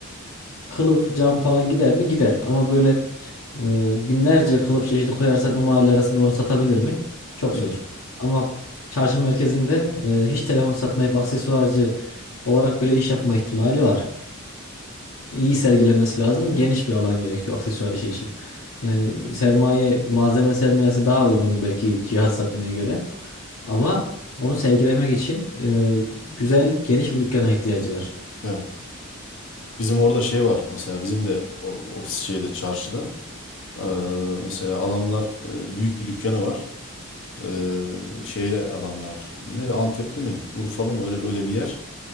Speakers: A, on the left (about 85°); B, on the left (about 55°).
A: kılıf, cam falan gider mi? Gider. Ama böyle e, binlerce kılıf çeşidi koyarsan o mahalle arasında onu satabilir mi? Çok
B: Yok.
A: zor. Ama çarşı merkezinde e, hiç telefon satmayıp aksesuarcı olarak bile iş yapma ihtimali var iyi sergilemesi lazım. Geniş bir alan gerekiyor aksesuar işi için. Yani sermaye, malzeme sermayesi daha uygun belki cihaz satmaya göre. Ama onu sergilemek için e, güzel, geniş bir dükkana ihtiyacı var.
B: Evet. Bizim orada şey var. Mesela bizim de o, ofis şeyde çarşıda. Ee, mesela adamlar e, büyük bir dükkanı var. Ee, şeyle adamlar. Nere Antepli mi? Urfalı mı? Öyle, öyle bir yer.